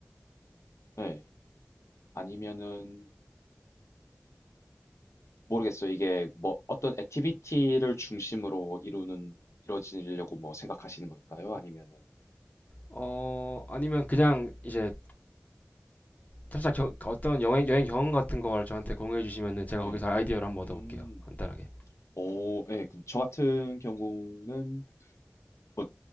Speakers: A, on the left; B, on the left.
A: 네. 아니면은 모르겠어요. 이게 뭐 어떤 액티비티를 중심으로 이루는 이루어지려고 뭐 생각하시는 걸까요? 아니면은
B: 어, 아니면 그냥 이제 살짝 겨- 어떤 여행, 여행 경험 같은 걸 저한테 공유해 주시면은 제가
A: 네.
B: 거기서 아이디어를 한번
A: 음.
B: 얻어볼게요. 간단하게.
A: 오, 예. 그저 같은 경우는 뭐